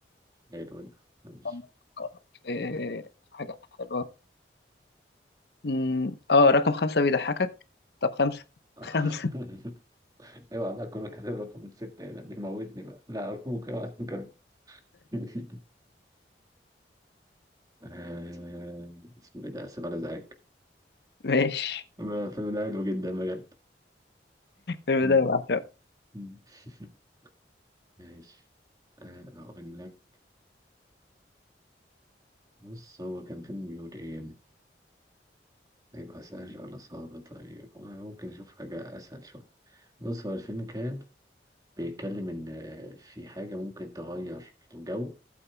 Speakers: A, on the right; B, on the left.
A: حلو ده ماشي
B: طب نفكر في في حاجة حلوة أمم، آه رقم خمسة بيضحكك طب خمسة
A: <laughs>
B: <laughs> خمسة
A: اوعى بقى كله كاتب رقم ستة هنا بيموتني بقى لا أرجوك اوعى تنكر <laughs> آه، اسمه إيه ده آسف على إزعاج
B: ماشي
A: ما- الفيلم ده حلو جدا بجد
B: الفيلم
A: مم.
B: ده أنا بعشقه
A: مم. <laughs> ماشي آه، أقول لك بص هو كان فيلم بيقول إيه؟ هيبقى سهل ولا صعب طيب ممكن نشوف حاجة أسهل شوية بص هو الفيلم كان بيتكلم إن في حاجة ممكن تغير الجو